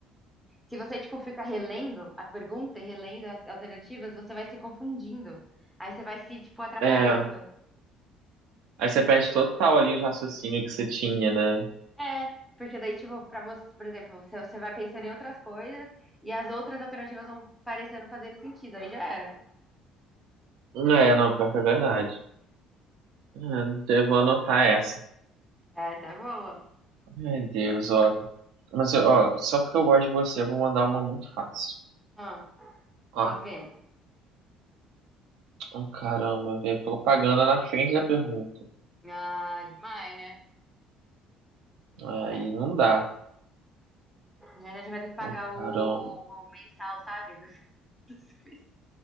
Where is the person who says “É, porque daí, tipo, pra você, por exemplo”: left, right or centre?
Centre